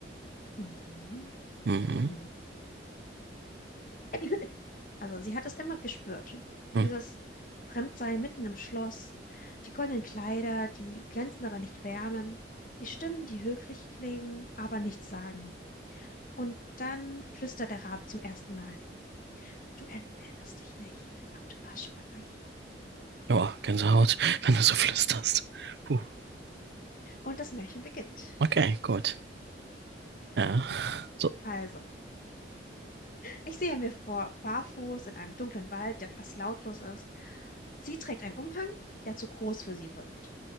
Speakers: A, on the left; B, on the right.
A: Mhm.
B: Mhm.
A: Hm. <laughs> Also sie hat es immer gespürt.
B: Mhm.
A: Dieses Fremdsein mitten im Schloss, die goldenen Kleider, die glänzen aber nicht wärmen, die Stimmen, die höflich klingen, aber nichts sagen. Und dann flüstert der Rabe zum ersten Mal. Du erinnerst dich nicht, aber du warst schon einmal hier.
B: Ja, Gänsehaut, wenn du so flüsterst. Puh.
A: Und das Märchen beginnt.
B: Okay, gut. Ja. So.
A: Also. Ich sehe mir vor, barfuß in einem dunklen Wald, der fast lautlos ist. Sie trägt einen Umhang, der zu groß für sie wirkt.